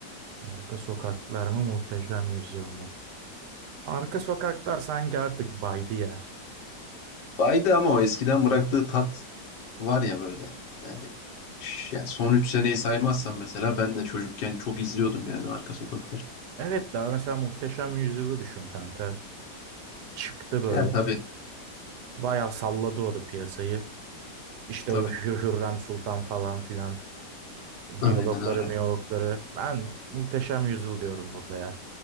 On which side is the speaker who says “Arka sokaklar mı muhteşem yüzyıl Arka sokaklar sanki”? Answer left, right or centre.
Right